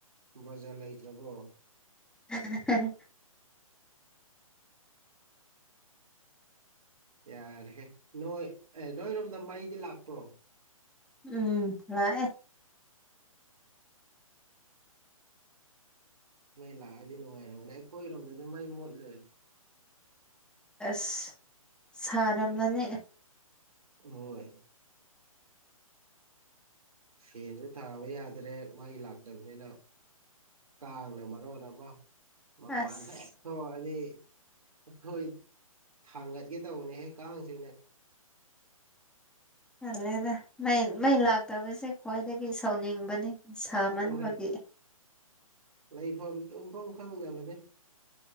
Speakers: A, on the right (about 80°); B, in the centre.
A: ꯕꯖꯥꯔ ꯂꯩꯇ꯭ꯔꯕꯣ
B: ꯍꯍ
A: ꯌꯥꯔꯍꯦ ꯅꯣꯏ ꯑꯦ ꯅꯣꯏꯔꯣꯝꯗ ꯃꯩ ꯂꯥꯛꯄ꯭ꯔꯣ
B: ꯎꯝ ꯂꯥꯛꯑꯦ
A: ꯃꯩ ꯂꯥꯛꯑꯗꯤ ꯅꯨꯡꯉꯥꯏꯔꯕꯅꯦ ꯑꯩꯈꯣꯏꯔꯣꯝꯗꯗꯤ ꯃꯩ ꯃꯨꯠꯂꯦ
B: ꯑꯁ ꯁꯥꯔꯝꯂꯅꯤ
A: ꯍꯣꯏ ꯐꯦꯟꯁꯨ ꯊꯥꯕ ꯌꯥꯗ꯭ꯔꯦ ꯃꯩꯁꯨ ꯂꯥꯛꯇꯕꯅꯤꯅ ꯀꯥꯡꯅ ꯃꯔꯣꯟ ꯑꯃ ꯃꯄꯥꯟꯗ
B: ꯑꯁ
A: ꯍꯦꯛ ꯍꯣꯏ ꯑꯗꯨꯗꯤ ꯑꯩꯈꯣꯏ ꯊꯥꯡꯒꯠꯀꯦ ꯇꯧꯕꯅꯦꯍꯦꯛ ꯀꯥꯡꯁꯤꯅ
B: ꯈ꯭ꯇꯜꯂꯦꯗ ꯃꯩ ꯃꯩ ꯂꯥꯛꯇꯕꯁꯦ ꯈ꯭ꯋꯥꯏꯗꯒꯤ ꯁꯥꯎꯅꯤꯡꯕꯅꯦꯁꯥꯃꯟꯕꯒꯤ
A: ꯍꯣꯏ ꯂꯩꯐꯝ ꯇꯨꯝꯐꯝ ꯈꯪꯗꯕꯅꯦ